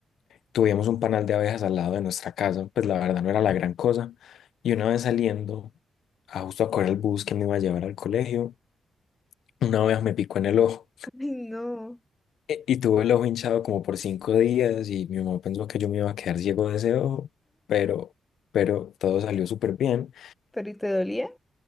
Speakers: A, on the left; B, in the centre.
A: tuvimos un panal de abejas al lado de nuestra casa, pues la verdad no era la gran cosa. Y una vez saliendo, a justo a correr el bus que me iba a llevar al colegio, una abeja me picó en el ojo.
B: Ay, no.
A: E- Y tuve el ojo hinchado como por cinco días y mi mamá pensó que yo me iba a quedar ciego de ese ojo, pero, pero todo salió súper bien.
B: ¿Pero y te dolía?